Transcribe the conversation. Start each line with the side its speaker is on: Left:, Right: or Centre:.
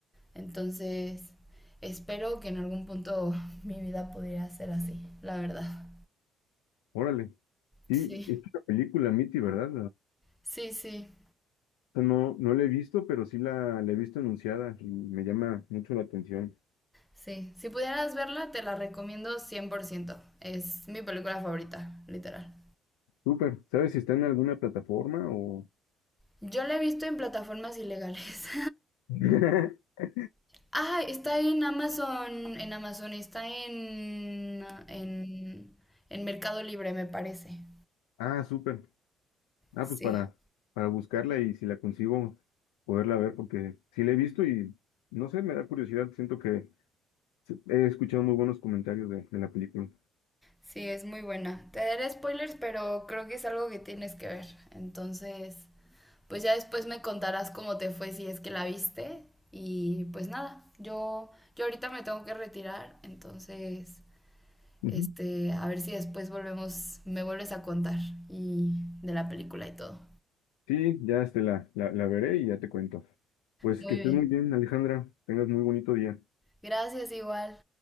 Centre: Entonces, espero que en algún punto <laughs> mi vida pudiera ser así, la verdad.
Left: órale. Sí,
Centre: Sí,
Left: es una película, Mitty, ¿verdad?
Centre: sí, sí,
Left: Esa No, no la he visto, pero sí la, la he visto anunciada y me llama mucho la atención.
Centre: sí. Si pudieras verla, te la recomiendo cien por ciento Es mi película favorita, literal.
Left: Súper. ¿Sabes si está en alguna plataforma o...?
Centre: Yo la he visto en plataformas ilegales.
Left: <laughs> ¿Eh?
Centre: <laughs> ah, está en Amazon, en Amazon, está en, en, en Mercado Libre, me parece.
Left: Ah, súper. Ah,
Centre: Sí,
Left: pues para, para buscarla y si la consigo, poderla ver, porque sí la he visto y no sé, me da curiosidad. Siento que se- he escuchado muy buenos comentarios de, de la película.
Centre: sí, es muy buena. Te daré spoilers, pero creo que es algo que tienes que ver. Entonces, pues ya después me contarás cómo te fue si es que la viste. Y pues nada, yo, yo ahorita me tengo que retirar, entonces,
Left: Ujú.
Centre: este, a ver si después volvemos, me vuelves a contar y de la película y todo.
Left: Sí, ya este, la, la, la veré y ya te cuento. Pues
Centre: Muy
Left: que estés
Centre: bien.
Left: muy bien, Alejandra. Tengas muy bonito día.
Centre: Gracias igual.